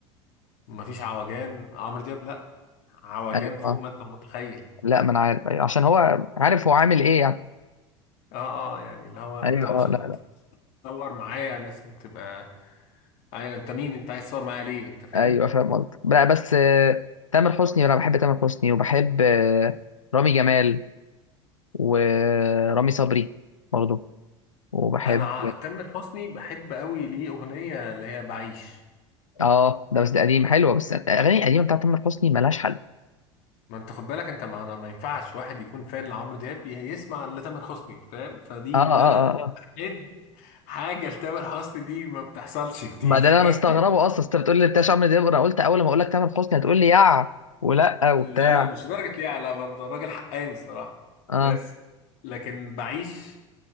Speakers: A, on the left; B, on the left.
A: ومفيش عوجان عمرو دياب لا عوجان
B: ايوه
A: فوق
B: آه.
A: ما انت متخيل
B: لا ما انا عارف أيوة. عشان هو عارف هو عامل ايه يعني
A: اه اه يعني اللي هو
B: ايوه
A: انت عشان
B: آه لا لا
A: تتصور معايا لازم تبقى ايوه انت مين انت عايز تصور معايا ليه انت فاهم
B: ايوه فاهم قصدك لا بس آه، تامر حسني انا بحب تامر حسني وبحب آه، رامي جمال ورامي صبري برضه وبحب
A: انا ع- تامر حسني بحب قوي ليه اغنيه اللي هي بعيش
B: اه ده بس ده قديم حلوه بس الاغاني القديمه بتاعت تامر حسني ملهاش حل
A: ما انت خد بالك انت ما انا ما ينفعش واحد يكون فان لعمرو دياب ي- يسمع لتامر حسني فاهم فدي
B: اه اه
A: ان انا
B: اه آه.
A: احب حاجه لتامر حسني دي ما بتحصلش كتير
B: ما ده
A: فاهم
B: اللي انا مستغربه
A: <laughs>
B: اصلا أصل انت بتقول لي بتاع عمرو دياب انا قلت اول ما اقول لك تامر حسني هتقول لي يع ولا وبتاع
A: لا لا مش درجه ليه على برضه الراجل حقاني الصراحه
B: اه
A: بس لكن بعيش